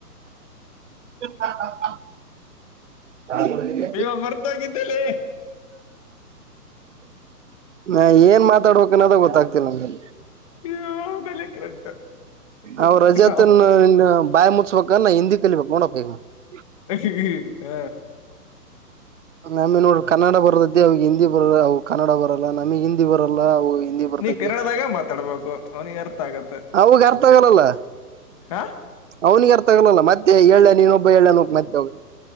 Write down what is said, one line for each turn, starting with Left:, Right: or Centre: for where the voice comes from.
Right: ಹಾ ಹ <unintelligible>
Left: ಇವ ಮರ್ತೋಗಿದ್ದಲೆ
Right: ನಾ ಏನ್ ಮಾತಾಡ್ಬೇಕನ್ನದ ಗೊತ್ತಾಗ್ತಿಲ್ಲ ನಮ್ಗೆ
Left: ಹೌದಲೆ ಕರೆಕ್ಟ್
Right: ಅವ ರಜಾತನ್
Left: ಹಾ
Right: ಬಾಯ್ ಮುಚ್ಸ್ಕಕಾನ ಹಿಂದಿ ೋಾ <unintelligible>
Left: ಹಾ
Right: ನಾಮೇ ನೋಡ್ರಿ ಕನ್ನಡ ಬರದ್ದೇ ಅವ ಹಿಂದಿ ಬರದ ಕನ್ನಡ ಬರಲ್ಲ ನಮಗ್ ಹಿಂದಿ ಬರಲ್ಲ ಅ ಹಿಂದಿ ಬರ್ತಕ್ಕೆ
Left: ನೀ ಕನ್ನಡದಾಗ ಮಾತಾಡ್ಬೇಕು ಅವನಿಗೆ ಅರ್ಥ ಆಗತ್ತೆ
Right: ಹವು ಗಾರ್ತಗಲ್ಲಲ್ಲ
Left: ಹ
Right: ಅವ್ನಿಗೆ ಅರ್ಥ ಆಗಲಲ್ಲ ಮತ್ತೆ ಎಳ್ಳೆ ನೀನಬ್ಬ ಎಳ್ಳ ಮತ್ತೆ ಹೋಗ